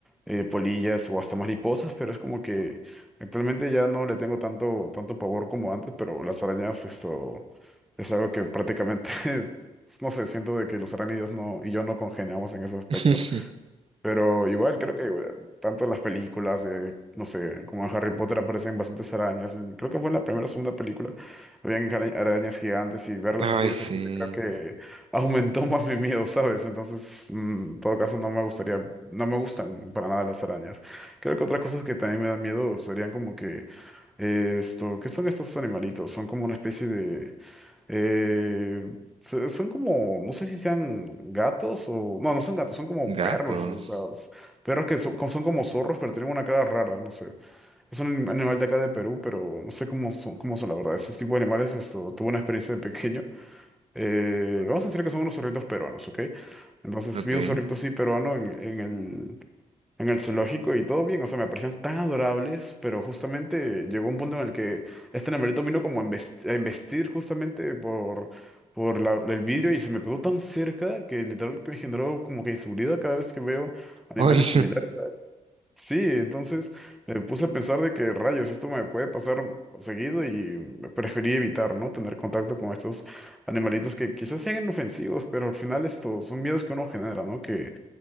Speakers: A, in the centre; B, on the right.
A: eh, polillas o hasta mariposas, pero es como que actualmente ya no le tengo tanto, tanto pavor como antes, pero las arañas, esto, es algo que prácticamente, <laughs> es- no sé, siento de que los arácnidos no, y yo no congeniamos en ese aspecto.
B: <laughs>
A: Pero igual creo que eh, tanto las películas, de, no sé, como en Harry Potter aparecen bastantes arañas. en- Creo que fue en la primera o segunda película. Habían ara- arañas gigantes y verlas
B: Ay,
A: así de
B: sí.
A: cerquita creo que <laughs> aumentó más mi miedo, ¿sabes? Entonces, mm, en todo caso, no me gustaría, no me gustan para nada las arañas. Creo que otras cosas que también me dan miedo serían como que eh, esto, ¿qué son estos animalitos? Son como una especie de... Eh, se- son como, no sé si sean gatos o... No, no son gatos, son como
B: Gatos.
A: perros. O sea, s- perros que son, son como zorros, pero tienen una cara rara, no sé. Es un anim- animal de acá de Perú, pero no sé cómo son, cómo son la verdad. Esos tipos de animales, esto, tuve una experiencia de pequeño. Eh, vamos a decir que son unos zorritos peruanos, ¿ok? Entonces
B: Ok.
A: vi un zorrito así peruano en, en el en el zoológico y todo bien, o sea, me parecían tan adorables, pero justamente llegó un punto en el que este nemerito vino como a embest- a embestir justamente por, por la- el vidrio y se me pegó tan cerca que literal que me generó como que inseguridad cada vez que veo animales
B: Ay,
A: similares. Sí, entonces me puse a pensar de que rayos, esto me puede pasar seguido y preferí evitar, ¿no? Tener contacto con estos animalitos que quizás sean inofensivos, pero al final estos son miedos que uno genera, ¿no? que